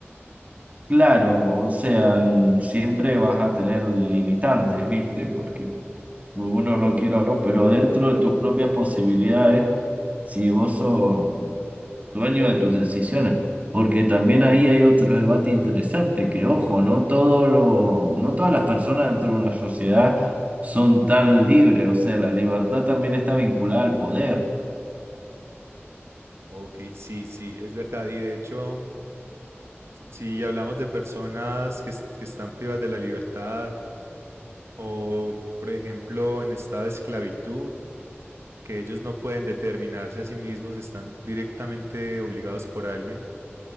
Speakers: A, on the right (about 35°); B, on the right (about 80°).
A: Claro, o sea, n- siempre vas a tener limitantes, ¿viste? Porque uno lo quiere o no, pero dentro de tus propias posibilidades, si vos sos dueño de tus decisiones, porque también ahí hay otro debate interesante, que ojo, no todo lo, no todas las personas dentro de una sociedad son tan libres, o sea, la libertad también está vinculada al poder,
B: Ok, sí, sí, es verdad. Y de hecho... Si hablamos de personas que, es- que están privadas de la libertad o, por ejemplo, en estado de esclavitud, que ellos no pueden determinarse a sí mismos, están directamente obligados por alguien,